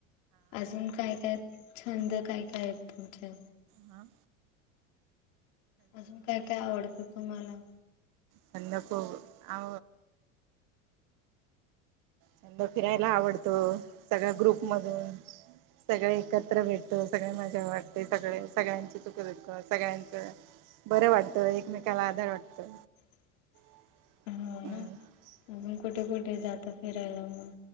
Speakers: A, on the left; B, on the right.
A: अजून काय काय छंद काय काय आहेत तुमचे?
B: हां
A: अजून काय काय आवडतं तुम्हाला?
B: छंद प आ छंद फिरायला आवडतं सगळ्या ग्रुप मधून सगळे एकत्र भेटतो, सगळे मजा वाटते, सगळे सगळ्यांची सुख- दुःख सगळ्यांच बरं वाटतं एकमेकाला आधार वाटतो.
A: <inaudible>
B: ह
A: हो ना कुठे कुठे जाता फिरायला मग?